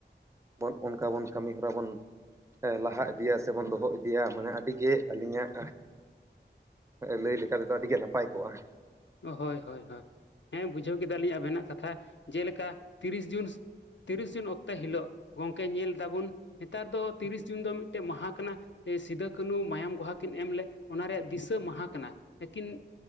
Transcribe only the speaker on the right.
ᱵᱚᱱ ᱚᱱᱠᱟ ᱵᱚᱱ ᱠᱟᱹᱢᱤ ᱦᱚᱨᱟ ᱵᱚᱱ ᱞᱟᱦᱟ ᱤᱫᱤᱭᱟ ᱥᱮᱵᱚᱱ ᱫᱚᱦᱚ ᱤᱫᱤᱭᱟ ᱢᱟᱱᱮ ᱟᱹᱰᱤ ᱜᱮ ᱟᱹᱞᱤᱧᱟᱜ ᱞᱟᱹᱭ ᱞᱮᱠᱟ ᱛᱮᱫᱚ ᱟᱹᱰᱤ ᱜᱮ ᱱᱟᱯᱟᱭ ᱠᱚᱣᱟ᱾